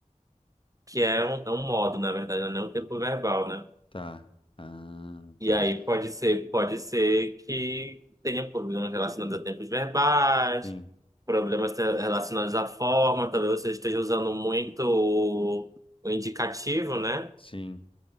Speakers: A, on the right; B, on the left.
A: que é um, é um modo, na verdade, não é um tempo verbal, né?
B: tá. Ah,
A: E
B: tá.
A: aí pode ser, pode ser que tenha problemas relacionados a tempos verbais,
B: Sim,
A: problemas te- relacionados à forma, talvez você esteja usando muito o, o indicativo, né?
B: sim.